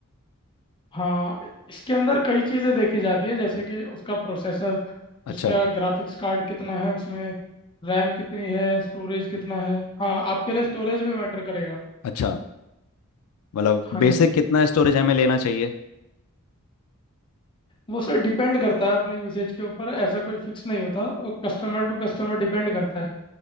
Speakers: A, on the left (about 20°); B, on the left (about 75°).
A: हाँ इसके अंदर कई चीज़ें देखी जाती है जैसे कि उसका प्रोसेसर
B: अच्छा
A: उसका ग्राफिक्स कार्ड कितना है उसमें रैम कितनी है स्टोरेज कितना है हाँ आपके लिए स्टोरेज भी मैटर करेगा
B: अच्छा मतलब
A: हाँ
B: बेसिक
A: जी
B: कितना स्टोरेज हमें लेना चाहिए
A: वो सर डिपेंड करता है अपने यूसेज के ऊपर ऐसा कोई फिक्स नहीं होता वो कस्टमर टू कस्टमर डिपेंड करता है